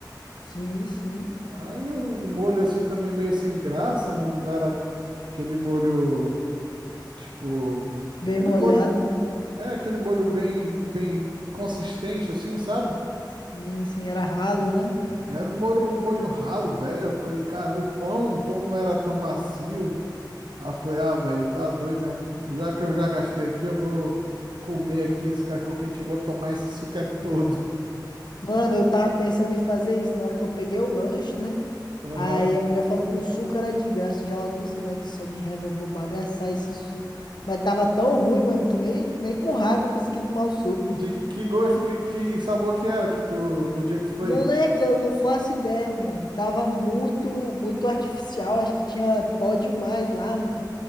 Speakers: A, on the left; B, on the right.
A: sim, sim.
B: Aí o molho assim também meio sem graça, não, não era aquele molho, tipo.
A: Bem
B: Aquele
A: molhado,
B: molho.
A: né?
B: É aquele molho bem, bem consistente, assim, sabe?
A: Sim, sim, era ralo, né?
B: Era um molho, molho ralo, velho. Eu falei, cara, o pão, o pão não era tão macio. Aí eu falei, ah, velho, tá doido. né? Já que eu já gastei aqui, eu vou comer aqui esse cachorro quente e vou tomar esse suco é todo.
A: Mano, eu tava pensando em fazer isso na hora que eu peguei o lanche, né?
B: Aham.
A: Aí a mulher falou que o suco era de graça. Eu já logo pensei, moleque, só de raiva eu vou bagaçar esse suco. Mas tava tão ruim, mano, que nem, nem com raiva eu consegui tomar o suco, mano.
B: De que gosto, que, que sabor que era que tu, no dia que tu foi?
A: Moleque, eu não faço ideia, mano. Tava muito, muito artificial. Acho que tinha pó demais lá, mano.